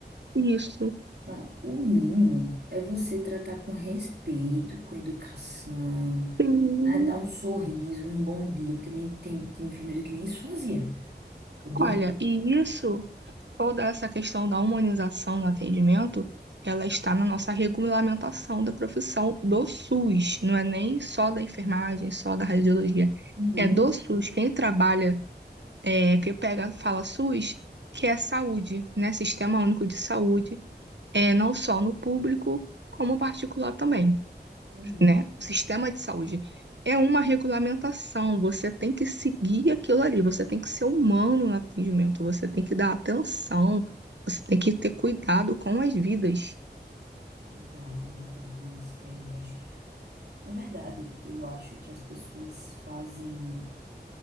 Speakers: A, on the right; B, on the right.
A: Isso.
B: Ah, O mínimo é você tratar com respeito, com educação,
A: Sim.
B: né? Dar um sorriso, um bom dia, porque nem tem, tem enfermeiro que nem isso fazia. Eu dou-
A: Olha, e isso, toda essa questão da humanização no atendimento, ela está na nossa regulamentação da profissão do SUS, não é nem só da enfermagem, só da radiologia.
B: Uhum,
A: É do SUS. Quem trabalha, é, que pega, fala SUS, que é saúde, né? Sistema Único de Saúde é, não só no público, como particular também,
B: uhum.
A: né? O sistema de saúde é uma regulamentação, você tem que seguir aquilo ali, você tem que ser humano no atendimento, você tem que dar atenção, você tem que ter cuidado com as vidas.
B: É verdade, é verdade, mas é, eu acho que Na verdade, eu acho que as pessoas fazem